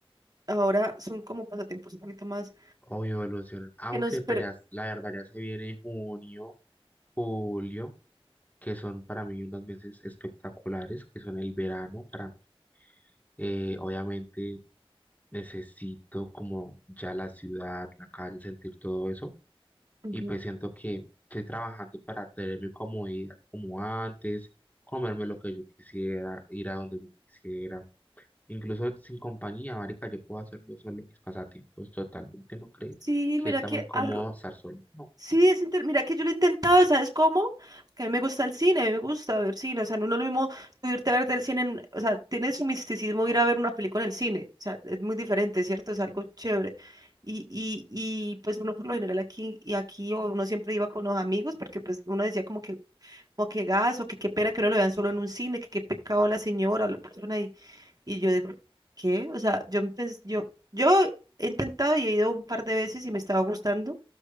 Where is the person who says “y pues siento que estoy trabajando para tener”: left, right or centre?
Left